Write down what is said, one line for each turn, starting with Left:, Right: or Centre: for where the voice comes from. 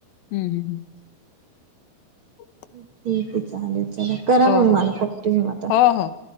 Left: हम्म हम् ह्
Right: ठीक आहे चालेल चला करा मग
Left: हो
Right: मला कॉल तुम्ही मता
Left: हो हो